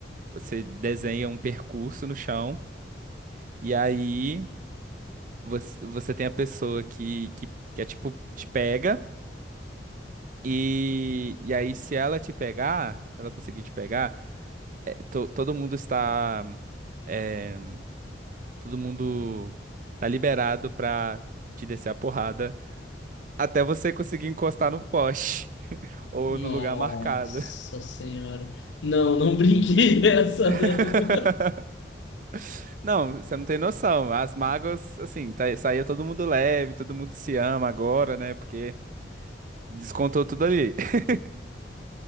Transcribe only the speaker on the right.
você desenha um percurso no chão e aí você, você tem a pessoa que, que, que é tipo te pega e, e aí se ela te pegar, se ela conseguir te pegar, é, to- todo mundo está é, Todo mundo tá liberado pra te descer a porrada até você conseguir encostar no poste <laughs> ou
no lugar marcado.
<laughs>
Não, você não tem noção. As mágoas, assim, tá, saía todo mundo leve, todo mundo se ama agora, né? Porque descontou tudo ali. <laughs>